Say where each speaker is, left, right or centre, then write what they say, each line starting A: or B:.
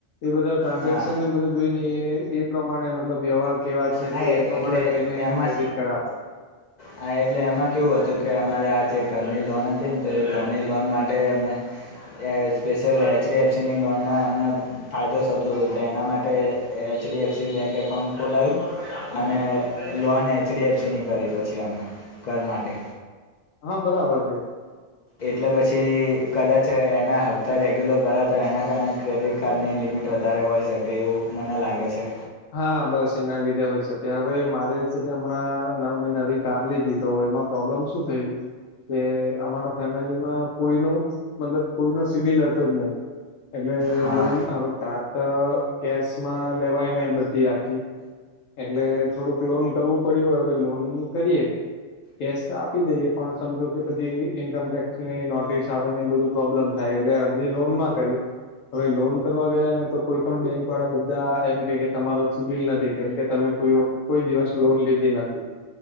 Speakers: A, on the left; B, on the left.
A: એ બધા ટ્રાન્ઝેક્શન
B: હા
A: ને બધું જોઈ ને એ પ્રમાણે મતલબ વ્યવહાર કેવા. છે
B: હા
A: તો એ પ્રમાણે
B: એટલે
A: જોઈને
B: એમાં.
A: ક્રેડિટ કાર્ડ આપે.
B: હા એટલે એમાં કેવું હતું કે અમારે આ જે ઘરની લોન હતી ને તો એ ઘરની લોન માટે અમે. સ્પેશિયલ એચડી એફસીની લોનમાં એમને. ફાયદો થતો હતો તો એના માટે એચડીએફસી બેંક એકાઉન્ટ ખોલાવ્યું. અને લોન એચડીએફસીની કરી પછી અમે ઘર માટે.
A: હા બરાબર તે.
B: એટલે પછી. કદાચ એના હપ્તા રેગ્યુલર ભરા તો એના કારણે ક્રેડિટ કાર્ડની લિમિટ વધારે હોઈ શકે. કે એવું મને લાગે છે.
A: હા બસ એના લીધે હોય શકે હવે મારે છે હમણાં મેં નવી <unintelligible> કાર લીધી. તો એમાં પ્રોબ્લેમ શું થયું. કે અમારા ફેમિલીમાં કોઈ ન મતલબ કોઈ ન સિબિલ હતો જ નહી. એટલે
B: હા
A: લોન હવે કાર તો કેશમાં લેવાય ને બધી આખી. એટલે થોડુંક લોન કરવું પડ્યું હવે લોન નુ કરીએ. ટેક્સ તો આપી દઈએ પણ સમજો કે પછી ઈન્કમ ટેક્સની નોટિસ આવેને બધું. પ્રોબ્લેમ થાય એટલે અરજી લોન માં કરી. હવે લોન કરવા ગયા ને તો કોઈ પણ બેંક વાળા બધા એમ કે ક. તમારો સિબિલ નથી કેમ કે તમે કોઈ કોઈ દિવસ લોન લીધી નથી.